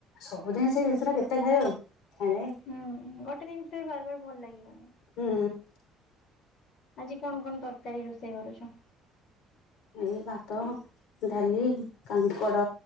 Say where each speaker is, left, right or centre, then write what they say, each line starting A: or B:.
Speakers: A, on the left (about 80°); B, on the left (about 50°).
A: ସବୁଦିନ ସେଇ ଜିନିଷଟା କେ। କେତେ ଖାଇବା ଖାଇ
B: ହୁଁ ଗୋଟେ ଜିନିଷ ବି ବାର ବାର ଭଲ ଲାଗିବାନି।
A: ହୁଁ ହୁଁ।
B: ଆଜି କଣ କଣ ତରକାରୀ ରୋଷେଇ କରୁଛ।
A: ଆଜି ଭାତ ଡାଲି କାଙ୍କଡ଼।